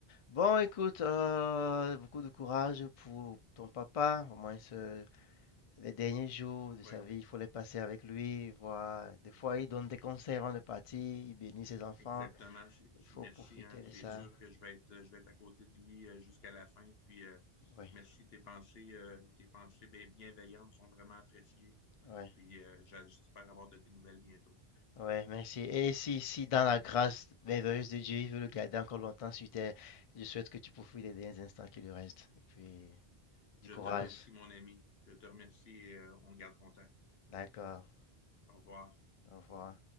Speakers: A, on the left (about 55°); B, on the left (about 70°).
A: Bon, écoute, euh, beaucoup de courage pour ton papa. Au moins, ce- Les derniers jours de
B: Oui,
A: sa vie, il faut les passer avec lui, voir. Des fois, il donne des conseils avant de partir, il bénit ses enfants.
B: exactement. C'est- c'est-
A: Il faut
B: Merci,
A: profiter
B: hein.
A: de
B: C'est
A: ça.
B: sûr que je vais être, euh, je vais être à côté de lui euh, jusqu'à la fin. Puis euh,
A: Oui,
B: merci, tes pensées, euh, tes pensées bien- bienveillantes sont vraiment appréciées.
A: oui,
B: Puis euh, j'a- j'espère avoir de tes nouvelles bientôt.
A: oui, merci. Et si, si dans la grâce merveilleuse de Dieu, il veut le garder encore longtemps sur terre, je souhaite que tu profites des derniers instants qui lui restent. Et puis,
B: Je
A: du courage.
B: te remercie, mon ami. Je te remercie et euh, on garde contact.
A: D'accord.
B: Au revoir.
A: Au revoir.